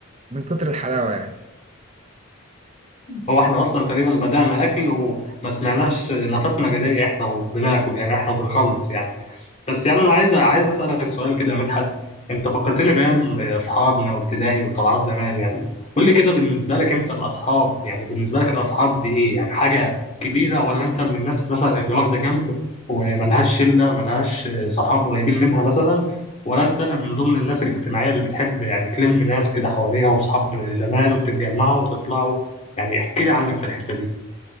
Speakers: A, on the right; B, on the left.
A: من كتر الحلاوه يعني
B: هو احنا اصلا تقريبا بدانا اكل وما سمعناش نفسنا جري احنا وبناكل يعني احنا وبنخلص يعني بس يعني انا عايز عايز اسالك سؤال كده يا مدحت انت فكرتني بايام اصحابنا وابتدائي وطلعات زمان يعني قول لي كده بالنسبه لك انت الاصحاب يعني بالنسبه لك الاصحاب دي ايه يعني حاجه كبيره ولا انت من الناس مثلا اللي واخده جنب وملهاش شله ملهاش صحاب قريبين منها مثلا ولا انت من ضمن الناس الاجتماعيه اللي بتحب يعني تلم ناس كده حواليها واصحاب زمان وتتجمعوا وتطلعوا يعني احكي لي عنك في الحته دي